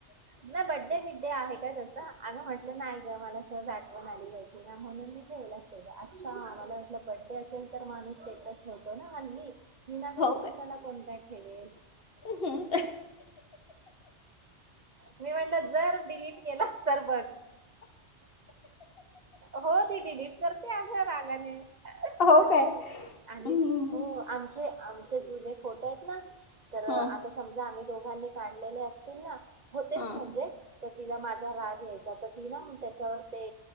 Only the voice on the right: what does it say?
नाही बड्डे मडडे आहे का त्याच अगं म्हटलं नाही ग मला सहज आठवण आली त्याची म्हणून मी व अच्छा आ मला वाटलं बड्डे असेल तर माणूस स्टेटस्ट नव्हतो ना हल्ली विना करून
कशाला कोण काय ठेवेल
मी म्हटलं जर डिलीट केलास तर बघ हो ती डिलीट करते अग रागाने
शी आणि
हो आमचे आमचे जुने फोटो आहेत ना तर आता
समजा आम्ही दोघांनी काढलेले असतील ना होतेच
म्हणजे तर तिला माझा राग या्यायचा तर ती ना त्याच्यावर ते